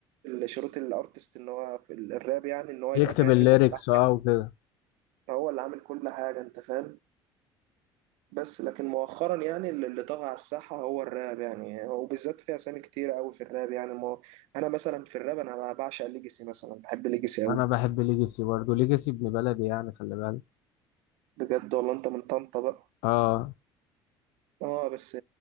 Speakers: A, on the right; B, on the left.
A: ال- شروط الارتست ان هو في ال- الراب يعني ان هو
B: يكتب
A: يبقى كاتب
B: الليركس
A: وملحن
B: اه وكده
A: فهو اللي عامل كل حاجه انت فاهم بس لكن مؤخرا يعني اللي اللي طغى على الساحه هو الراب يعني وبالذات في اسامي كتير قوي في الراب يعني ما هو- انا مثلا في الراب انا بعشق ليجاسي مثلا بحب ليجاسي قوي
B: انا بحب ليجاسي برضه ليجاسي ابن بلدي يعني خلي بالك
A: بجد والله انت من طنطا بقى
B: اه
A: اه بس